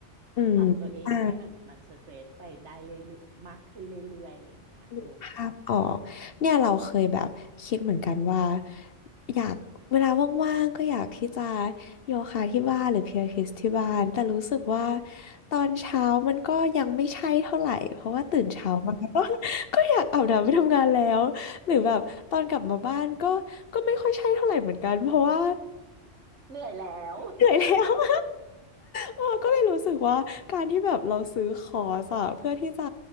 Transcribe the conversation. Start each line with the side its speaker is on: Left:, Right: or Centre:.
Left: อืม
Right: ทำตัวเองให้มันมันสเตรสไปได้เรื่อยๆมากขึ้นเรื่อยๆอะไรเงี้ยโอ้
Left: อ่า นึกภาพออกเนี่ยเราเคยแบบคิดเหมือนกันว่าอยากเวลาว่างๆก็อยากที่จะโยคะที่บ้านหรือพิลาทิสที่บ้านแต่รู้สึกว่าตอนเช้ามันก็ยังไม่ใช่เท่าไหร่เพราะว่าตื่นเช้ามาก็ <laughs> ก็อยากอาบน้ำไปทำงานแล้วหรือแบบตอนกลับมาบ้านก็ก็ไม่ค่อยใช่เท่าไหร่เหมือนกันเพราะว่า
Right: เหนื่อยแล้ว
Left: เหนื่อยแล้ว <laughs> เออก็เลยรู้สึกว่าการที่แบบเราซื้อคอร์สอะเพื่อที่จะ